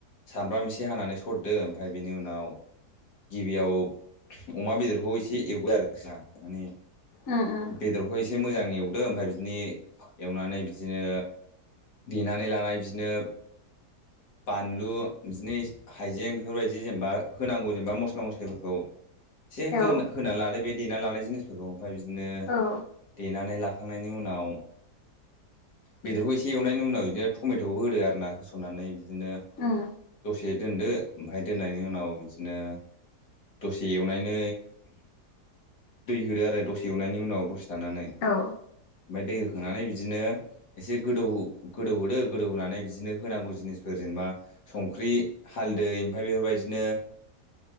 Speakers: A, on the left; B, on the left.
A: सामब्राम एसे हानानै सरदो ओमफ्राय बेनि उनाव गिबियाव अमा बेदरखौ एसे एवगो आरो माने
B: उम उम
A: बेदरखौ एसे मोजां एवदो ओमफ्राय बिदिनो एवनानै बिदिनो देनानै लानान बिदिनो बानलु बिदिनो हाइजें बेफोरबायदि जेनेबा होनांगौ जेनेबा मस्ला मस्लिफोरखौ एसे होन
B: औ
A: होनानै लादो बे देना लानाय जिनिसफोरखौ ओमफ्राय बिदिनो
B: औ
A: देनानै ला खांनायनि उनाव बेदरखौ एसे एवनायनि उनाव बिदिनो टमेट'बो होदो आर ना होसननानै बिदिनो
B: उम
A: दसे दोन्दो ओमफ्राय दोननायनि उनाव बिदिनो दसे एवनानै दै होदो आरो दसे एवनायनि उनाव दसे थानानै ओमफ्राय
B: औ
A: दै होखांनानै बिदिनो एसे गोदौ गोदौहदो गोदौ होनोनानै बिदिनो होनांगौ जिनिसफोर जेनेबा संख्रि हा दै ओमफ्राय बेफोरबायदिनो